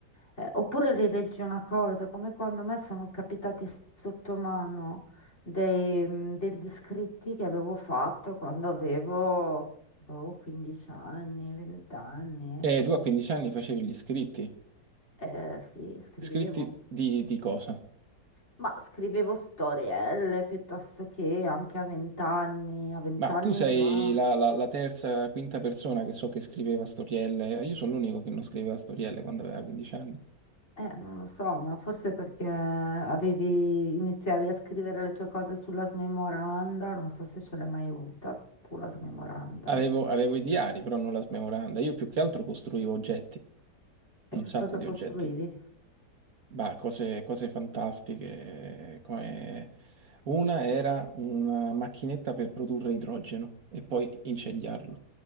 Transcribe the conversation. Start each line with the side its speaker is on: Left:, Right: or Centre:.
Left: eh, oppure rileggi una cosa, come quando a me sono capitati s- sotto mano dei, mm, degli scritti che avevo fatto quando avevo boh, 15 anni, 20 anni.
Right: Eh, tu a 15 anni facevi gli iscritti.
Left: Eh, sì, scrivevo.
Right: Iscritti di, di cosa?
Left: Ma scrivevo storielle piuttosto che anche a 20 anni. A 20
Right: Ma
Left: anni
Right: tu sei
Left: già.
Right: la, la- la terza, quinta persona che so che scriveva storielle. Io sono l'unico che non scriveva storielle quando aveva 15 anni.
Left: Eh, non lo so, ma forse perché avevi, iniziavi a scrivere le tue cose sulla smemoranda, non so se ce l'hai mai avuta tu la smemoranda.
Right: Avevo, avevo i diari, però non la smemoranda. Io più che altro costruivo oggetti,
Left: E
Right: un
Left: che
Right: sacco
Left: cosa
Right: di
Left: costruivi?
Right: oggetti. Bah, cose, cose fantastiche, come... Una era una macchinetta per produrre idrogeno e poi incendiarlo.